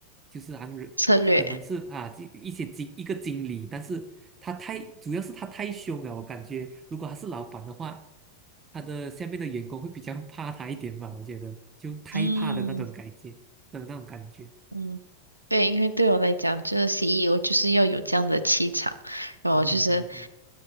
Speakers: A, on the right; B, on the right.
A: 就是让人可能是啊，
B: 策略，
A: 一一些经一个经理，但是他太主要是他太凶了，我感觉如果他是老板的话，他的下面的员工会比较怕他一点吧，我觉得就太怕的那种感觉的那种感觉。
B: 嗯。嗯，对，因为对我来讲，就是 CEO 就是要有这样的气场，然后就是
A: 嗯嗯嗯